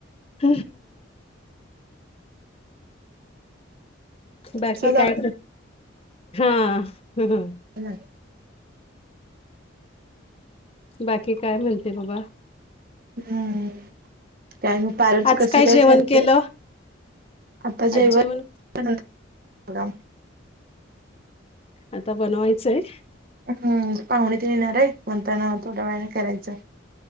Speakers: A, on the left (about 30°); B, on the right (about 45°).
A: <inaudible> बाकी
B: असा जातो
A: काय? <unintelligible>
B: <inaudible>
A: बाकी काय म्हणते बाबा?
B: हम्म, काय म्ह- बारच
A: आज
B: <unintelligible> कस काय
A: जेवण
B: चाललं
A: केलं?
B: आता
A: आज
B: जेव्हा-
A: जेवण
B: <unintelligible>
A: आता बनवायचंय.
B: हम्म, पाहुणे तेन येणार आहे, म्हणताना थोड्या वेळेन करायचं.